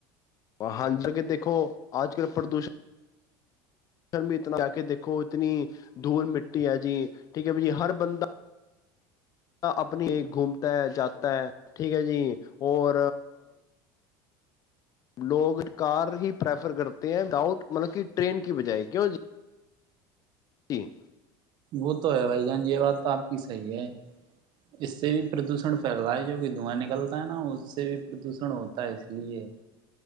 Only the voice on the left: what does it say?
ہاں جک دیکھو آج کل پردوشن ر میں اتنا جا کے دیکھو اتنی دھول مٹی ہے جی ٹھیک ہے ب جی ہر بندہ اپنی گھومتا ہے جاتا ہے ٹھیک ہے جی اور لوگ کار ہی پریفر کرتے ہیں وداؤٹ مطلب کہ ٹرین کی بجائے کیوں جی جٹھ